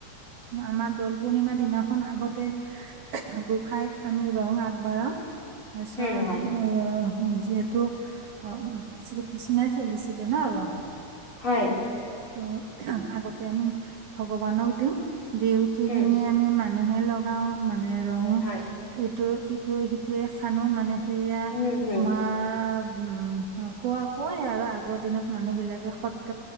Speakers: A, on the right; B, on the left.
A: আমাৰ দৌল পূৰ্ণিমাৰ দিনাখন আগতে, গোসাঁইক আমি ৰং আগবঢ়াও, তাৰপিছত
B: উম হয়
A: অ' উ যিহেতু, অ', শ্ৰীকৃষ্ণই খেলিছিলে ন ৰং
B: হয়
A: ত' আগতে আমি ভগৱানক দিওঁ। দি উঠি
B: উম
A: কিনি আমি মানুহে লগাও মানে ৰং
B: হয়
A: এইটো স সেইটোৱে খানো মানে সেয়া
B: উম হুম
A: তোমাৰ উম অ', কোৱা কয় আৰু আগৰ দিনত মানুহ বিলাকে স ক্ষত